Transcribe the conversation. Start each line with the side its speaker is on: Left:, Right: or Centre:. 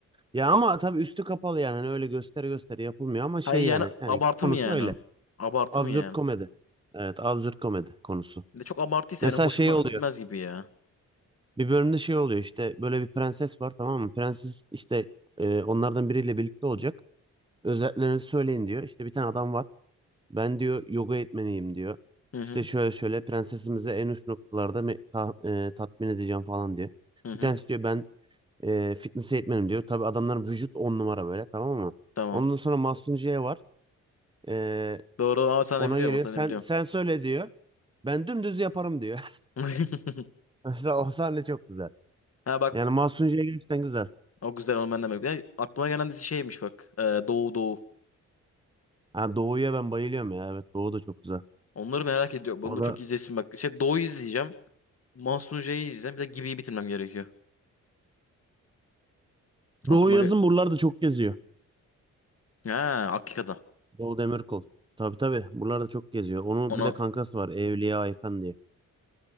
Right: Ya ama tabii üstü kapalı yani. Hani öyle gösteri gösteri yapılmıyor ama şey
Left: Hayır
Right: yani.
Left: yani
Right: Yani
Left: abartı
Right: konusu
Left: mı yani?
Right: öyle.
Left: Abartı
Right: Absürt
Left: mı yani?
Right: komedi. Evet absürt komedi konusu.
Left: Bir de çok abartıysa
Right: Mesela
Left: benim hoşuma
Right: şey oluyor.
Left: gitmez gibi ya.
Right: Bir bölümde şey oluyor işte böyle bir prenses var tamam mı? Prenses işte e, onlardan biriyle birlikte olacak. Özelliklerinizi söyleyin diyor. İşte bir tane adam var. Ben diyor yoga eğitmeniyim diyor.
Left: Hı hı.
Right: İşte şöyle şöyle prensesimizi en uç noktalarda me- ta- e, tatmin edeceğim falan diyor.
Left: Hı hı.
Right: Bir tanesi diyor ben E, fitness eğitmenim diyor. Tabii adamların vücut on numara böyle tamam mı?
Left: Tamam.
Right: Ondan sonra Mahsunciye var. E,
Left: Doğru ama sen
Right: ona
Left: de biliyorum.
Right: geliyor.
Left: Sen
Right: Sen
Left: de biliyorum.
Right: sen söyle diyor. Ben dümdüz yaparım diyor.
Left: <laughs>
Right: <laughs> Mesela o sahne çok güzel.
Left: Ha bak.
Right: Yani Mahsunciye gerçekten güzel.
Left: O güzel onu ben de merak ediyorum. Aklıma gelen dizi şeymiş bak. Ee, Doğu Doğu.
Right: Ha, Doğu'ya ben bayılıyorum ya. Evet Doğu da çok güzel.
Left: Onları merak ediyorum. Bunu
Right: O
Left: çok
Right: da
Left: izlesin bak. Şey Doğu izleyeceğim. Mahsun J'yi izleyeceğim. Bir de Gibi'yi bitirmem gerekiyor. Aklıma
Right: Doğu yazın
Left: ge-
Right: buralarda çok geziyor.
Left: Ha Akika'da.
Right: Doğu Demirkol. Tabii tabii. Buralarda çok geziyor. Onun
Left: Ona,
Right: bir de kankası var. Evliya Aykan diye.